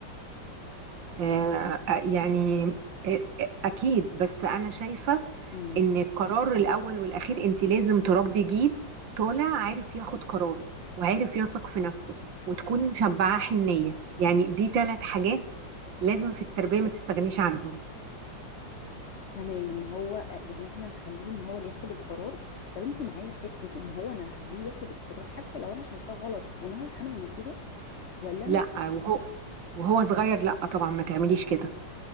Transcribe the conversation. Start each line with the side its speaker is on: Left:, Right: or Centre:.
Right: آه آه، يعني آه، آه، اكيد بس انا شايفة
Left: مم.
Right: ان القرار الاول والاخير انت لازم تربي جيل طالع عارف ياخد قراره وعارف يثق في نفسه وتكوني مشبعة حنية يعني دي ثلاث حاجات لازم في التربية ما تستغنيش عنهم
Left: تمام ان هو آه، يعني احنا نخليه ان هو اللي ياخد القرار طب انت معايا في فكره ان هو انا هخليه ياخد القرار حتى لو انا شايفاه غلط وان هو يتحمل النتيجه ولا
Right: لا
Left: انا
Right: وهو وهو صغير لا طبعا ما تعمليش كده